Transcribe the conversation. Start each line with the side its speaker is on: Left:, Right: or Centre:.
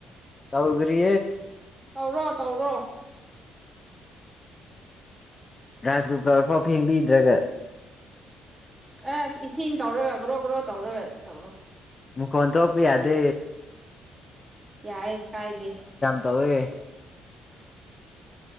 Left: ꯇꯥꯎꯗꯔꯤ
Right: ꯇꯧꯔꯣ ꯇꯧꯔꯣ
Left: ꯔꯥꯏꯁ ꯀꯨꯀꯔꯐꯥꯎ ꯐꯦꯡꯕꯤꯗ꯭ꯔꯒ
Right: ꯑꯁ ꯏꯁꯤꯡ ꯇꯧꯔꯒ ꯒ꯭ꯔꯣ ꯒ꯭ꯔꯣ ꯇꯧꯔꯒ ꯇꯧꯔꯣ
Left: ꯃ ꯀꯣꯟꯣꯟ ꯊꯣꯛꯄꯤ ꯌꯥꯗꯦ
Right: ꯌꯥꯏꯦ ꯀꯥꯏꯗꯦ
Left: ꯇꯋꯦ